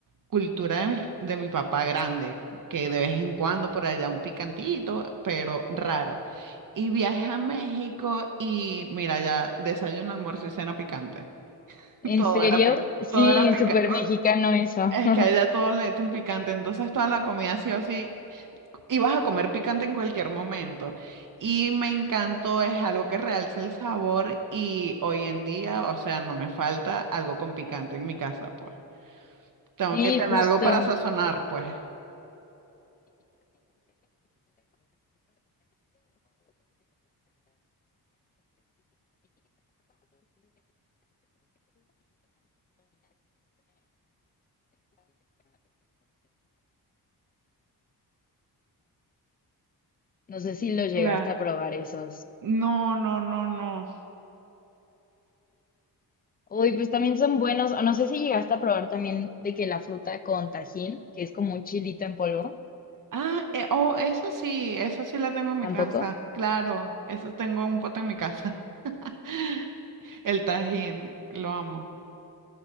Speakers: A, on the right; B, on the left.
A: cultura de mi, de mi papá grande, que de vez en cuando por allá un picantito, pero raro. Y viajé a México y mira, ya desayuno, almuerzo y cena picante. <laughs>
B: ¿En
A: Todo
B: serio?
A: era, pi-
B: Sí,
A: todo era picante.
B: súper mexicano eso.
A: Es
B: <laughs>
A: que allá todo le echan picante, entonces toda la comida sí o sí, y vas a comer picante en cualquier momento. Y me encantó, es algo que realza el sabor y hoy en día, o sea, no me falta algo con picante en mi casa, pues. Tengo
B: Sí,
A: que tener
B: justo.
A: algo para sazonar, pues.
B: No sé si los
A: Claro.
B: llegaste a probar esos.
A: No, no, no, no.
B: Uy, pues también son buenos. O No sé si llegaste a probar también de que la fruta con tajín, que es como un chilito en polvo.
A: Ah, eh, oh, eso sí, eso sí la tengo en mi
B: ¿Tampoco?
A: casa, claro, eso tengo un pote en mi casa. <laughs> El tajín, lo amo.